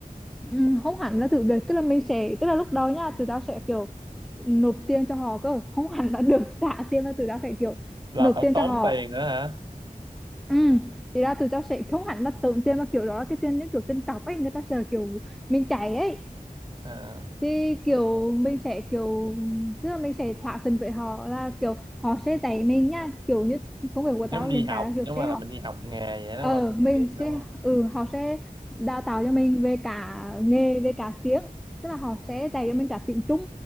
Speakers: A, in the centre; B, on the right (about 30°).
A: Ừm, không hẳn là thử việc tức là mình sẽ tức là lúc đó nha tụi tao sẽ kiểu nộp tiền cho họ cơ không hẳn là được trả tiền mà tụi tao sẽ kiểu
B: là
A: nộp
B: phải
A: tiền
B: tốn
A: cho họ
B: tiền nữa hả?
A: ừ. thì ra tụi tao sẽ không hẳn là tốn tiền mà kiểu đó là cái tiền những kiểu tiền cọc ấy người ta sẽ kiểu mình chạy ấy
B: À,
A: thì kiểu mình sẽ kiểu tức là mình sẽ thỏa thuận với họ là kiểu họ sẽ dạy mình nha kiểu như công việc của tao
B: nếu mình đi
A: hiện
B: học,
A: tại là kiểu
B: nếu mà
A: sẽ
B: là mình đi học nghề vậy
A: ờ
B: đúng không?
A: mình
B: Kiểu vậy đúng
A: sẽ
B: không?
A: ừ họ sẽ đào tạo cho mình về cả nghề về cả tiếng tức là họ sẽ dạy cho mình cả tiếng Trung